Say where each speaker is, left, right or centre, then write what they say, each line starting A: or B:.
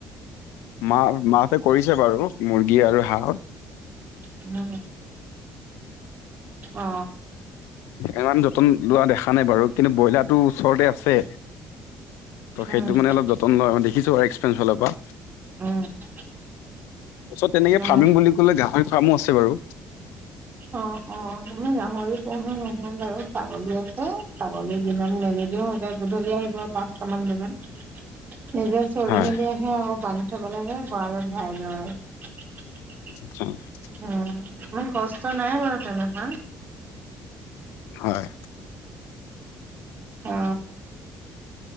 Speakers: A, on the left; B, on the right.
A: মাহ মাহতে কৰিছে বাৰু মুৰ্গী আৰু হাঁহ
B: উম অ।
A: ইমান যতন লোৱা দেখা নাই বাৰু কিন্তু ব্ৰইলাৰতো ওচৰতে আছে। ত সেইটো
B: উম
A: মানে অলপ যতন লয় দেখিছো আৰু এক্সপিৰেঞ্চ ফালৰ পৰা
B: উম
A: ওচৰত তেনেকে
B: অ
A: ফাৰ্মিং বুলি কলে গাহৰি ফাৰ্মো আছে বাৰু
B: অ', অ', আমি গাহৰি পোহে নহয় বাৰু ছাগলী আছে। গলি দিনত মেলি দিওঁ এতিয়া গধূলি আহিব পাঁচটা মান বজাত। নিজে চৰি
A: হয়
B: মেলি আহে আকৌ বান্ধি থব লাগে গঁৰালত ভাৰাই দিওঁ আৰু
A: <inaudible>
B: উম ইমান কষ্ট নাই বাৰু তেনে হা
A: হয়।
B: অ